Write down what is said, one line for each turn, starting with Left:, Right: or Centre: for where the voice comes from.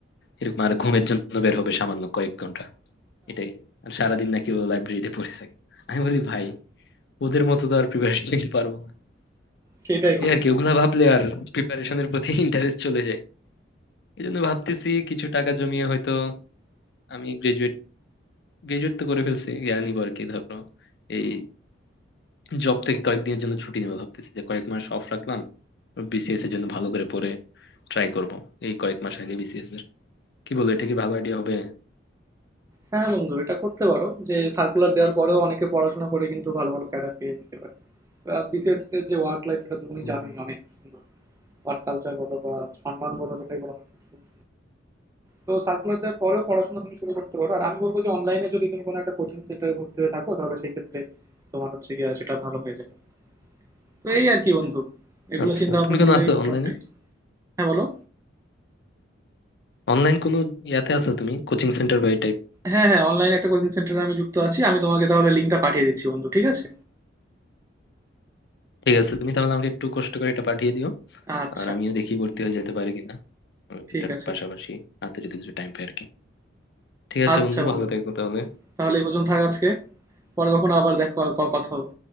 Left: এরকম আর ঘুমের জন্য বের হবে সামান্য কয়েক ঘন্টা এটাই আর সারাদিন নাকি ও লাইব্রেরিতে পড়ে থাকে আমি বলি ভাই ওদের মতো তো আর প্রিপারেশন নিতে পারবো না
Right: সেটাই বন্ধু
Left: এই আর কি ওগুলা ভাবলে আর প্রিপারেশনের প্রতি <laughs> ইন্টারেস্ট চলে যায় এই জন্য ভাবতেছি কিছু টাকা জমিয়ে হয়তো আমি গ্রাজুয়েট গ্রাজুয়েট তো করে ফেলছি ইয়া নিবো আর কি ধরো এই জব থেকে কয়েকদিনের জন্য ছুটি নেবো ভাবতেছি যে কয়েক মাস অফ রাখলাম বিসিএস এর জন্য ভালো করে পড়ে ট্রাই করব এই কয়েক মাস আগে বিসিএস এর কি বলো এটা কি ভালো আইডিয়া হবে
Right: হ্যাঁ বন্ধু এটা করতে পারো যে সার্কুলার দেওয়ার পরেও অনেকে পড়াশোনা করে কিন্তু ভালো ভালো ক্যাডার পেয়ে যেতে পারে আর বিশেষ যে ওয়ার্ক লাইফ এটা তো তুমি
Left: হুম।
Right: জানোই অনেক সুন্দর ওয়ার্ক কালচার বলো বা সম্মান বলো যেটাই বলো না কেন, খুব সুন্দর। তো সার্কুলারদের পরেও পড়াশোনা তুমি শুরু করতে পারো আর আমি বলবো যে অনলাইনে যদি তুমি কোনো একটা কোচিং সেন্টারে ভর্তি হয়ে থাকো তাহলে সেই ক্ষেত্রে তোমার হচ্ছে গিয়ে সেটা ভালো হয়ে যাবে তো এই আর কি বন্ধু এগুলো
Left: আচ্ছা
Right: চিন্তা ভাবনা
Left: তুমি
Right: করলেই
Left: কোনো আছো
Right: মোটামুটি
Left: অনলাইনে
Right: হ্যাঁ বলো
Left: অনলাইন কোনো ইয়াতে আছো তুমি কোচিং সেন্টার বা এই টাইপ
Right: হ্যাঁ হ্যাঁ অনলাইনে একটা কোচিং সেন্টারে আমি যুক্ত আছি আমি তোমাকে তাহলে লিঙ্কটা পাঠিয়ে দিচ্ছি বন্ধু ঠিক আছে
Left: ঠিক আছে তুমি তাহলে আমাকে একটু কষ্ট করে এটা পাঠিয়ে দিও
Right: আচ্ছা
Left: আর আমিও দেখি ভর্তি হয়ে যেতে পারি কিনা আর
Right: ঠিক
Left: এটার
Right: আছে
Left: পাশাপাশি হাতে যদি কিছু টাইম পাই আর কি ঠিক আছে
Right: আচ্ছা
Left: বন্ধু
Right: বন্ধু
Left: ভালো থেকো তাহলে
Right: তাহলে এই পর্যন্ত থাক আজকে পরে কখনো আবার দেখো ক- কথা হবে